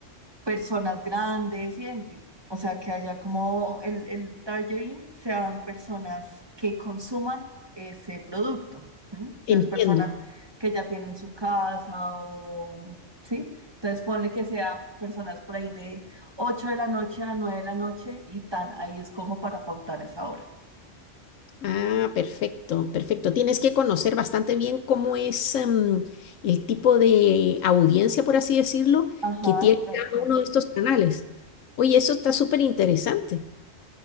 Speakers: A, on the right; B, on the left.
A: personas grandes y en- o sea, que haya como el, el targeting sean personas que consuman ese producto. ¿m? Entonces,
B: entiendo.
A: personas que ya tienen su casa o, ¿sí? Entonces, ponle que sea personas por ahí de 8 de la noche a 9 de la noche y tan ahí escojo para pautar esa hora.
B: Ah, perfecto, perfecto. Tienes que conocer bastante bien cómo es em, el tipo de audiencia, por así decirlo,
A: Ajá,
B: que tiene
A: tal
B: cada
A: cual.
B: uno de estos canales. Oye, eso está súper interesante.